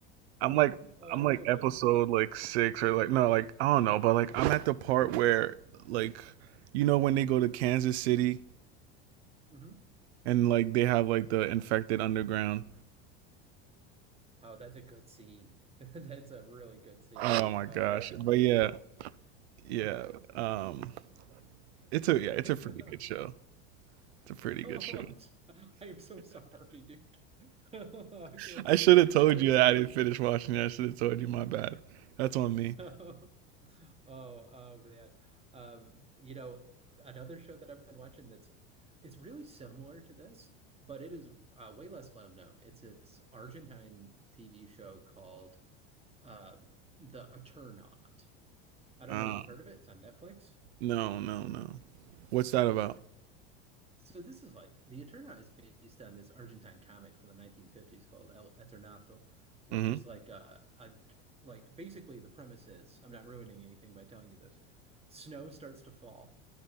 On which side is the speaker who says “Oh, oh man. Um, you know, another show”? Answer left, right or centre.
Right